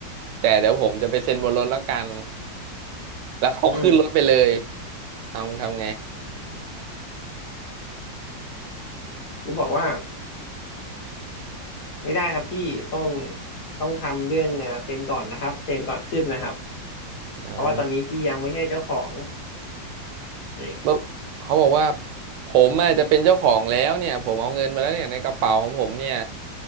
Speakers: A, on the right (about 75°); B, on the left (about 50°).
A: แต่เดี๋ยวผมจะไปเซ็นบนรถแล้วกันแล้วเขาขึ้นรถไปเลย
B: อืม
A: เอาทำไง
B: กูบอกว่าไม่ได้ครับพี่ต้องต้องทำเรื่องอ่าเซ็นก่อนนะครับเซ็นก่อนขึ้นนะครับ
A: อ่า
B: เพราะว่าตอนนี้พี่ยังไม่ใช่เจ้าของนี่
A: แล้วเขาบอกว่าผมอาจจะเป็นเจ้าของแล้วเนี่ยผมเอาเงินมาแล้วเนี่ยในกระเป๋าของผมเนี่ย